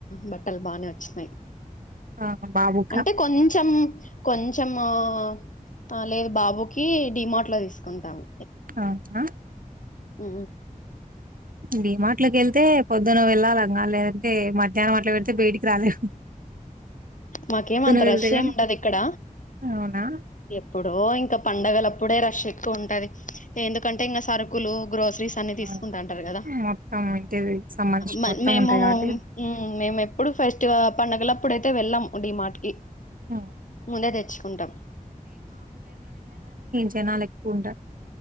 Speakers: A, on the left; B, on the right.
A: బట్టలు బానే వచ్చినాయి
B: ఆ బాబుకా
A: అంటే కొంచెం కొంచెం ఆ లేదు బాబుకి డిమార్ట్ లో తీసుకుంటాము
B: అవున
A: ఆ
B: డి మార్ట్ కి వెళ్తే పొద్దున్న వెళ్ళాలింగా లేదంటే మధ్యాహ్నం అట్ పెడితే బయటికి రాలేము
A: మాకేమంత
B: వెళ్తే
A: రష్
B: గాని
A: ఏమిండదు ఇక్కడ
B: అవునా
A: ఎప్పుడో ఇంకా పండగల ఇప్పుడే రష్ ఎక్కువ ఉంటది ఎందుకంటే ఇంకా సరుకులు గ్రో శ్రీస్ అన్ని తీసుకుంటా
B: ఆ!
A: అంటారు కదా
B: మొత్తం ఇంటికి సంబంధించిన
A: మ
B: మొత్తం
A: మేము
B: ఉంటాయి కాబట్టి
A: మేము ఎప్పుడు ఫస్ట్గా పండగల అప్పుడైతే వెళ్ళాం డి మార్ట్ కి
B: హ్మ్.
A: ముందే తెచ్చుకుంటాం
B: జనాల ఎక్కువ ఉంటారూ